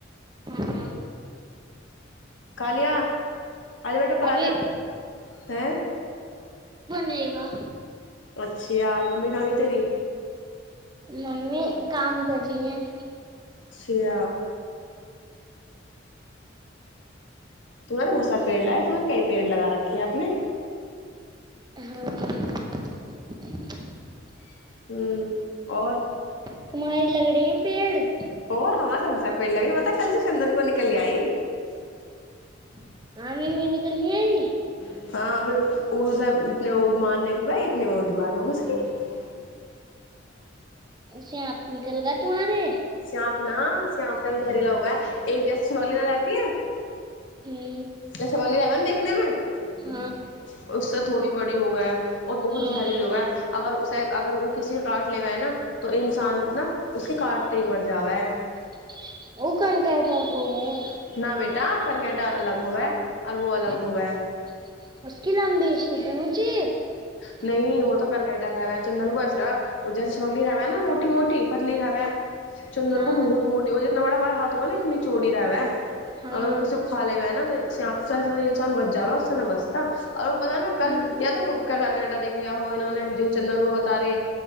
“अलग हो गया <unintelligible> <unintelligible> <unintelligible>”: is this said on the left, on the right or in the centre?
Left